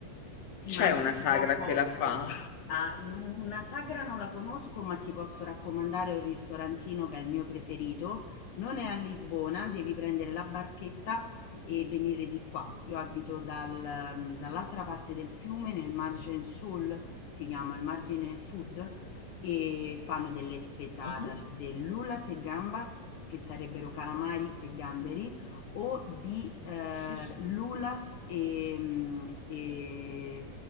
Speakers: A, on the left; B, on the left.
A: C'è
B: Ti mando
A: una
B: in
A: sagra
B: un buon posto.
A: che la fa?
B: Ah, n- una sagra non la conosco, ma ti posso raccomandare un ristorantino che è il mio preferito. Non è a Lisbona, devi prendere la barchetta e venire di qua. Io abito dal- mm, dall'altra parte del fiume, nel margine sul, si chiama il margine sud, e fanno delle spettadas
A: Mhm.
B: dell'ulas e gambas, che sarebbero calamari e gamberi, o di eh,
A: Sì, sì.
B: lulas e, mm, e